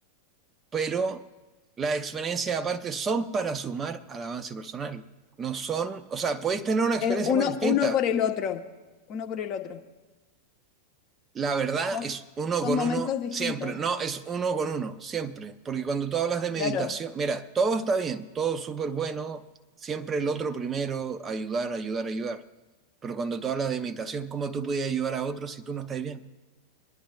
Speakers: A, on the right; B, on the left.
A: Pero las experiencias aparte son para sumar al avance personal. No son, o sea, podéis tener una experiencia
B: Es uno,
A: muy distinta,
B: uno por el otro, uno por el otro.
A: La verdad
B: Son,
A: es uno
B: son
A: con
B: momentos
A: uno
B: distintos.
A: siempre. No, es uno con uno siempre. Porque cuando tú hablas de meditación,
B: Claro,
A: mira, todo está bien, todo súper bueno, siempre el otro primero, ayudar, ayudar, ayudar. Pero cuando tú hablas de meditación, ¿cómo tú podías ayudar a otros si tú no estás bien?